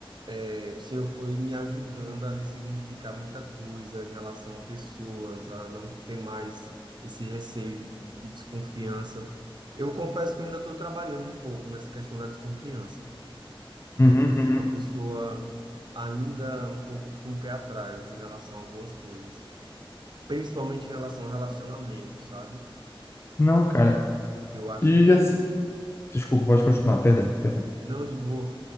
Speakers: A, on the right; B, on the left.
A: eh, o Senhor foi me ajudando a ressignificar muita coisa em relação a pessoas, a não ter mais esse receio de, e desconfiança. Eu confesso que eu ainda estou trabalhando um pouco nessa questão da desconfiança né?
B: Uhum,
A: Porque eu
B: uhum.
A: sou uma pessoa ainda um pouco com o pé atrás em relação a algumas coisas, principalmente em relação ao relacionamento, sabe?
B: Não, cara.
A: Eu acho
B: E
A: que
B: assim... Desculpa, pode continuar, perdão, perdão.
A: não de boa.